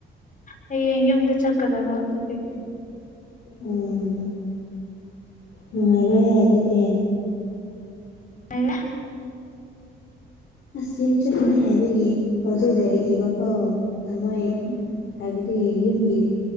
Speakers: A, on the left; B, on the left.
A: ꯍꯌꯦꯡ ꯌꯨꯝꯗ ꯆꯠꯀꯗꯕ ꯑꯗꯨꯒꯤ
B: ꯎꯝ ꯅꯨꯡꯉꯥꯏꯔꯦ ꯑꯗꯨꯗꯤ
A: ꯉꯥꯏꯔꯦ
B: ꯑꯁꯤ ꯑꯃ ꯆꯠꯈꯤꯅꯤ ꯍꯥꯏꯕꯒꯤ ꯍꯧꯖꯤꯛ ꯂꯩꯔꯛꯏꯕ ꯐꯧ ꯊꯝꯃꯣꯏ
A: ꯎꯝ
B: ꯍꯥꯏꯕꯗꯤ ꯌꯨꯝꯒꯤꯗꯤ